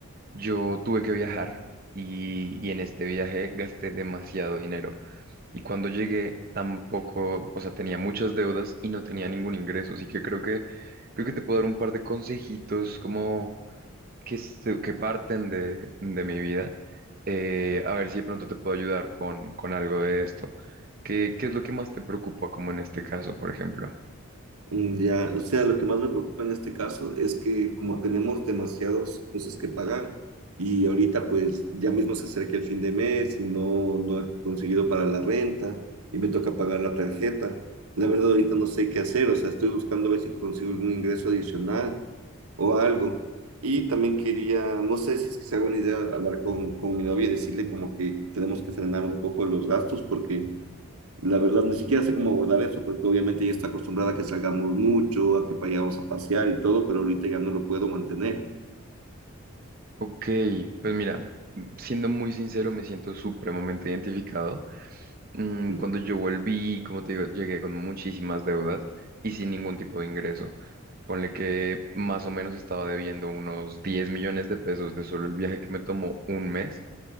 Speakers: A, on the right (about 40°); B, on the right (about 80°).
A: yo tuve que viajar y, y en este viaje gasté demasiado dinero. Y cuando llegué tampoco, o sea, tenía muchas deudas y no tenía ningún ingreso. Así que creo que creo que te puedo dar un par de consejitos como que, se- que parten de, de mi vida eh, a ver si de pronto te puedo ayudar con, con algo de esto. ¿Qué, qué es lo que más te preocupa, como en este caso, por ejemplo?
B: Mm, Ya, o sea, lo que más me preocupa en este caso es que como tenemos demasiadas cosas que pagar y ahorita pues ya mismo se acerca el fin de mes y no, no he conseguido para la renta y me toca pagar la tarjeta. La verdad ahorita no sé qué hacer, o sea, estoy buscando a ver si consigo algún ingreso adicional o algo. Y también quería, no sé si es que se haga una idea, hablar con, con mi novia y decirle como que tenemos que frenar un poco los gastos porque la verdad ni siquiera sé cómo abordar eso, porque obviamente ella está acostumbrada a que salgamos mucho, a que vayamos a pasear y todo, pero ahorita ya no lo puedo mantener.
A: Ok, pues mira, mm, siendo muy sincero, me siento supremamente identificado. Mm,
B: Mm.
A: cuando yo volví, como te digo, llegué con muchísimas deudas y sin ningún tipo de ingreso. Ponle que más o menos estaba debiendo unos 10 millones de pesos de solo el viaje que me tomó un mes